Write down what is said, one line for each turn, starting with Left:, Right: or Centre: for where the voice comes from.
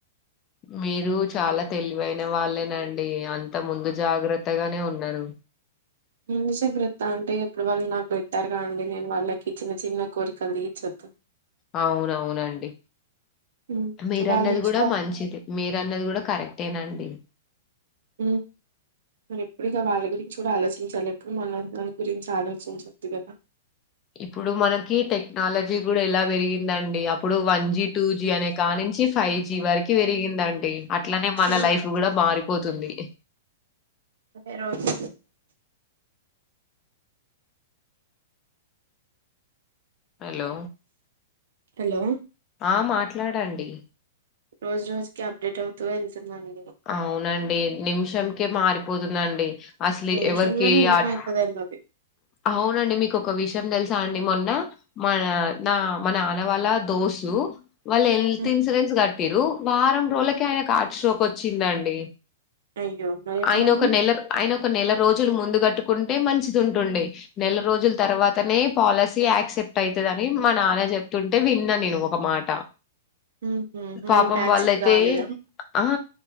Left: మీరు చాలా తెలివైన వాళ్ళేనండి అంత ముందు జాగ్రత్తగానే ఉన్నారు.
Right: ని జాగ్రత్త అంటే ఎప్పుడు వాళ్ళు నాకు పెట్టారు కాదండి నేను వాళ్ళకి చిన్న చిన్న కోరికలు తీర్చొద్దా
Left: అవునవునండి
Right: ఉమ్,
Left: మీరన్నది
Right: వాళ్ళు చేసి
Left: కూడా
Right: పం-
Left: మంచిది మీరన్నది కూడా కరక్టేనండి
Right: ఉమ్ మరి ఎప్పుడు ఇక వాళ్ళ గురించి కూడా ఆలోచించాలి ఎప్పుడు మన దాని గురించి ఆలోచించొద్దు గదా
Left: ఇప్పుడు మనకి టెక్నాలజీ కూడా ఎలా పెరిగిందండి అప్పుడు వన్ జి టూ జి అనే కా నుంచి ఫైవ్ జి వరకి వెలిందండి అట్లనే మన
Right: ఉమ్,
Left: లైఫ్ కూడా మారిపోతుంది
Right: ఏ రోజ్
Left: హలో
Right: హలో
Left: ఆ మాట్లాడండి
Right: రోజు రోజుకి అప్డేట్ అవుతు వెళ్తున్నాను
Left: అవునండి నిమిషం కే మారిపోతుందండి అసలు
Right: నిమిషంలోనే
Left: ఎవరికి
Right: ఏమవుతుందండి
Left: అట్
Right: అది
Left: అవునండి మీకు ఒక విషయం తెలుస్ తాండి మొన్న మన నా మా నాన్నవాళ్ళ దోసు వాళ్ళు హెల్త్
Right: ఉమ్,
Left: ఇన్సూరెన్స్ కట్టిరు వారం రోజులకే ఆయన కు హార్ట్ స్ట్రోక్ వచ్చిందండి
Right: అయ్యో మరి ఎట్లా
Left: ఆయన
Right: అండి
Left: ఒక నెలర్ ఆయన ఒక నెల రోజులు ముందుకు కట్టుకుంటే మంచిది ఉంటుండే నెల రోజుల తర్వాతనే పాలసీ యాక్సెప్ట్ ఐతదని మన నాన చెప్తుంటే విన్నా నేను ఒక మాట
Right: ఉహు, మరి
Left: పాపం
Right: ఇప్పుడు యాక్సెప్ట్
Left: వాళ్ళయితే
Right: కాలేదా
Left: ఆహ